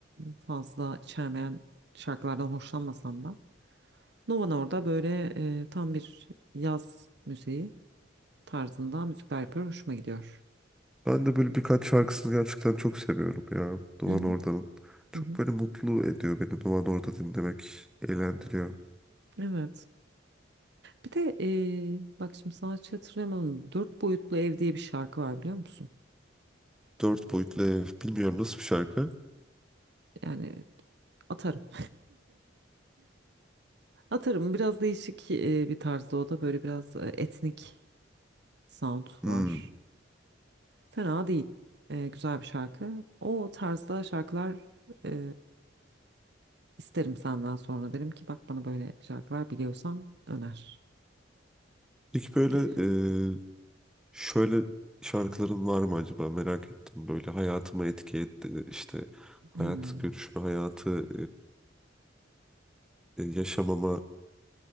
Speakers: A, on the right (about 60°); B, in the centre.
A: fazla içermeyen şarkılardan hoşlanmasam da Nova Norda böyle e, tam bir yaz müziği tarzında müzikler yapıyor. Hoşuma gidiyor.
B: Ben de böyle birkaç şarkısını gerçekten çok seviyorum ya. Duvan
A: Hı hı.
B: Orda'nın.
A: Hı
B: Çok
A: hı.
B: böyle mutlu ediyor beni Duvan Orda dinlemek. Eğlendiriyor.
A: Evet. Bir de e, bak şimdi sanatçı hatırlayamadım. Dört boyutlu ev diye bir şarkı var biliyor musun?
B: Dört boyutlu ev. Bilmiyorum nasıl bir şarkı.
A: Yani atarım. Atarım. Biraz değişik e, bir tarzda o da. Böyle biraz e, etnik sound
B: Hmm.
A: var. Fena değil. E, güzel bir şarkı. O tarzda şarkılar e, isterim senden sonra. Derim ki bak bana böyle şarkılar biliyorsan öner
B: Peki böyle
A: gibi.
B: e, şöyle şarkıların var mı acaba merak ettim. Böyle hayatıma etki etti. işte hayat
A: Hmm.
B: görüşme hayatı e, e, yaşamama